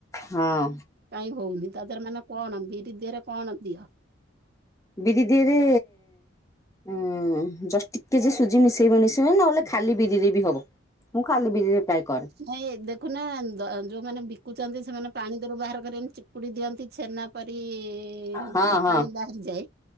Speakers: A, on the left (about 15°); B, on the right (about 50°).
A: ହଁ
B: କାଇଁ ହୋଉନି ତା ଦେହରେ ମାନେ କଣ ବିରି ଦେହରେ କଣ ଦିଅ?
A: ବିରି ଦିହରେ ଉଁ ଜଷ୍ଟ ଟିକେ ଯ ସୁଜି ମିଶେଇବ ମିଶେଇବ ନହେଲେ ଖାଲି ବିରିରେ ବି ହବ। ମୁଁ ଖାଲି ବିରିରେ ପ୍ରାୟ କରେ
B: ନାଇଁ ଦେଖୁନା ଦ ଯୋଉମାନେ ବିକୁଛନ୍ତି ସେମାନେ ପାଣି ଦେହରୁ ବାହାର କରି ଏମିତି ଚିପୁଡି ଦିଅନ୍ତି ଛେନା ପରି ଏ
A: ହଁ ହଁ
B: ପାଣି ବାହାରିଯାଏ